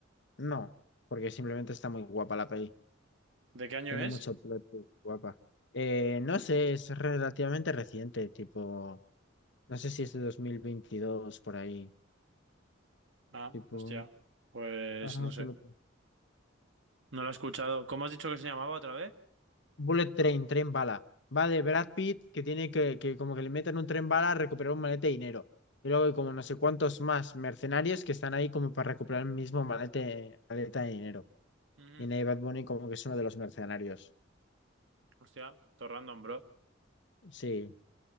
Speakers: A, on the left; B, on the right.
A: No, porque simplemente está muy guapa la peli.
B: ¿De qué año
A: Tiene
B: es?
A: mucho plot, twist, guapa. Eh, no sé, es relativamente reciente, tipo. No sé si es de 2022 por ahí.
B: Ah,
A: Tipo,
B: hostia. Pues
A: ajá,
B: no sé.
A: ¿qué lo que-
B: No lo he escuchado. ¿Cómo has dicho que se llamaba otra vez?
A: Bullet Train, tren bala. Va de Brad Pitt que tiene que, que como que le meten un tren bala a recuperar un malete de dinero. Y luego hay como no sé cuántos más mercenarios que están ahí como para recuperar el mismo malete, maleta de dinero.
B: Ujú.
A: Y Nate Bad Bunny como que es uno de los mercenarios.
B: Hostia, todo random, bro.
A: Sí,